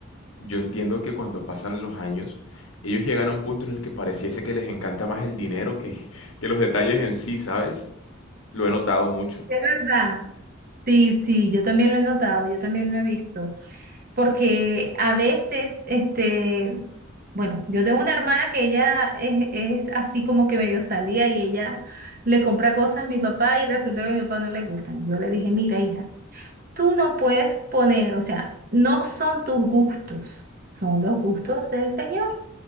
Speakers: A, on the left; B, on the right.
A: Yo entiendo que cuando pasan los años, ellos llegan a un punto en el que pareciese que les encanta más el dinero que, <laughs> que los detalles en sí, ¿sabes? Lo he notado mucho.
B: De verdad. Sí, sí, yo también lo he notado, yo también lo he visto. Porque a veces, este, bueno, yo tengo una hermana que ella es, es así como que medio salía y ella le compra cosas a mi papá y resulta que a mi papá no le gustan. Yo le dije, mira, hija. tú no puedes poner, o sea, no son tus gustos, son los gustos del Señor.